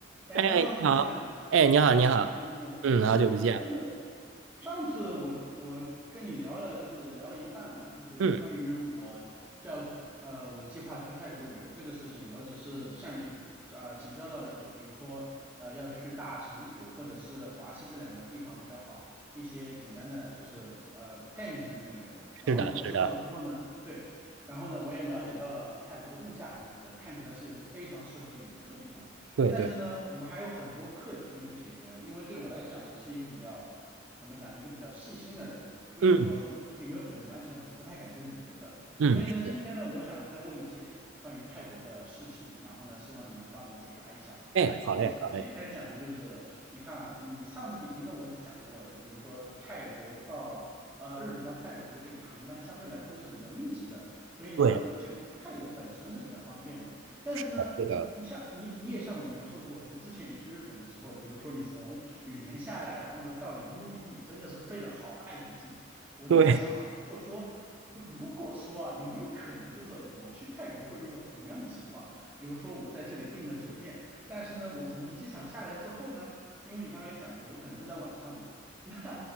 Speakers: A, on the right; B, on the right.
A: 哎，Hello，
B: 哎，你好，
A: 露茜啊，
B: 哎，你好，你好，
A: 露茜，好久不见。
B: 嗯，好久不见，
A: 呃，就是上次我我跟你聊了，就是聊了一半嘛，就是关于我要呃我计划去泰国旅游这个事情，
B: 嗯，
A: 我只是向你呃请教到了，就比如说呃要去大城府或者是华西这两个地方比较好，一些简单的就是呃概念性的内容。然后呢，
B: 是的，
A: 我知道了之后呢，
B: 是的，
A: 对，然后呢我也了解到了泰国的物价如何，看起来是一个非常适合旅游的地方。
B: 对对，
A: 但是呢，我们还有很多课题没有解决啊，因为对我来讲，我是一个比较，怎么讲，一个比较细心的人，所以说很多事情没有准备完成，
B: 嗯
A: 我是不太敢去旅游的。
B: 嗯，
A: 所以呢，
B: 是的，
A: 今天呢，我想再问一些关于泰国的事情，然后呢，希望你能帮我解答一下。
B: 哎，好嘞，
A: 就首先来讲呢，
B: 好嘞，
A: 就是你看啊，你上次已经跟我讲过了，就比如说泰国到。呃，日本到泰国的这个航班相对来说是比较密集的，所以呢，
B: 对，
A: 这个去泰国本身是比较方便的。但是呢，
B: 好是的，
A: 你像你你也向我描述过，就之前你去日本的时候，比如说你从羽田下来，然后呢到你的目的地，真的是费了好大一笔劲。我就在想啊，
B: 对，
A: 如果说 <laughs> 如果说啊，有没有可能就是我去泰国会遇到同样的情况？比如说我在这里订了酒店，但是呢我从机场下来之后呢，因为你刚才也讲过，有可能是在晚上嘛，<laughs> 那